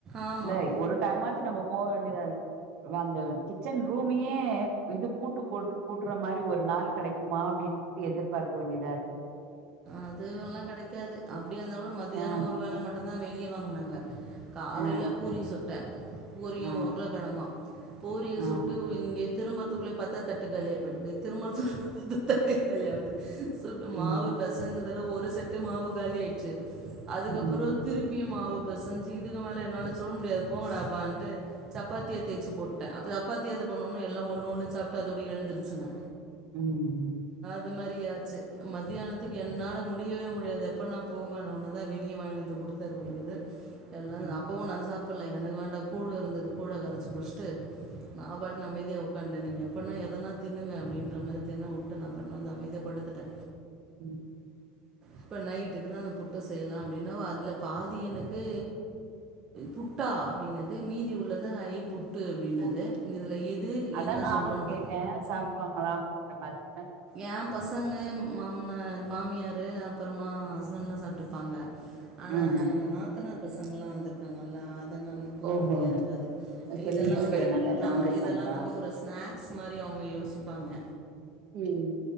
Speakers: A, on the right (about 25°); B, on the right (about 45°).
A: ஆமாம்
B: இல்ல ஒரு டைம்மாச்சு நம்ம போக வேண்டியதா அதான் அந்த கிச்சன் ரூமையே இது பூட்டு போட்டு கூட்ற மாரி ஒரு நாள் கெடைக்குமா அப்டின்ட்டு எதிர்பார்க்க வேண்டியதாயிருக்குது
A: அதுல்லா கெடைக்காது அப் ப்ரீயா இருந்தா கூடோ மத்தியானோ
B: ஆ
A: ஒரு வேல மட்டோ தா வெளிய வாங்குனாங்க காலைல
B: ஆ
A: பூரி சுட்டே பூரியு
B: ஆ
A: உருள கெழங்கு பூரிய
B: ஆ
A: சுட்டு இங்க திரும்புறத்துக்குள்ளயே பாத்தா தட்டு காலியா போயிடுது திரும்புறத்துக்குள்ளயே தட்டு காலியாவுது சுட்டு மாவு
B: ம்
A: செஞ்சதுல ஒரு செட்டு மாவு காலியாயிடுச்சு அதுக்கப்புறோ
B: ம்
A: திருப்பியு மாவு பெசஞ்சு இதுக்கு மேல என்னால சுட முடியாது போங்கடாப்பான்ட்டு சப்பாத்திய தேச்சு போட்டுட்டே அப்ப சப்பாத்திய இது பண்ணவொன்னே எல்லா ஒன்னு ஒன்னு சாப்ட்டு அதோட எழுந்துருச்சுங்க
B: உம் ம்
A: அந்த மாதிரியாச்சு மதியானத் த்துக்கு என்னால முடியவே முடியாது எப்பட்னா போங்கன்னவுட்னதா வெளிய வாங்கினு வந்து குடுத்தாரு போலருக்குது எல்லா
B: ம்
A: அப்பவு நாங்க சாப் புடல்ல எனக்கு வேண்டா கூழ்யிருந்துது கூழ கரச்சி குடிச்சிட்டு நா பாட்னு அமைதியா உக் உக்கான்ட்டே நீங்க எப்பன்னா எதனா தின்னுங்க அப்டின்ற மாரி தின்ன விட்டு நா பாட்டுனு வந்து அமைதியா படுத்துட்டே
B: உம்
A: இப்ப நைட்டுக்குதா அந்த புட்டு செய்லா அப்டின்னா அதுல பாதி எனக்கு புட்டா அப்டின்னுது மீதி உள்ளது ஐ புட்டு அப்டின்னுது
B: ம்
A: இதுல இது
B: அதா
A: என்ன
B: நானு
A: சொல்லோன்ற
B: கேட்டே சாப்டுவாங்களா <unintelligible>
A: ஏன் பசங்க மாமனார் மாமியாரு அப்புறமா ஹஸ்பண்ட்லா சாப்ட்டுப்பாங்க ஆனா
B: ம்
A: எங்க நாத்தனார் பசங்கல்லா வந்திருக்காங்கல்ல அதுங்களுகெல்லா
B: ஓஹோ
A: வந்து எறங்காது
B: இப்ப
A: இதெல்லா
B: லீவுன்றனால
A: வந்து
B: எல்லா
A: ஆமா
B: வந்திருக்காங்களா
A: இதெல்லா வந்து ஒரு ஸ்நாக்ஸ் மாரி அவங்க யோசிப்பாங்க
B: ம்